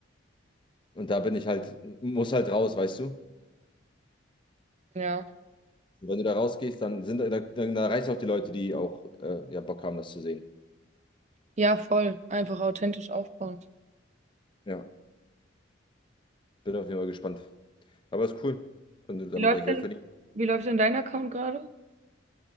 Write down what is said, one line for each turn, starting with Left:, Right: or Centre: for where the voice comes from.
Left: Und da bin ich halt, muss halt raus, weißt du? Und
Right: ja.
Left: wenn du da rausgehst, dann sind da- dann, dann reißt auch die Leute, die auch äh, ja, Bock haben, das zu sehen.
Right: Ja, voll. Einfach authentisch aufbauen.
Left: Ja, bin auf jeden Fall gespannt. Aber ist cool, wenn du damit
Right: Wie läuft
Left: dein Geld
Right: denn,
Left: verdienst.
Right: wie läuft denn dein Account gerade?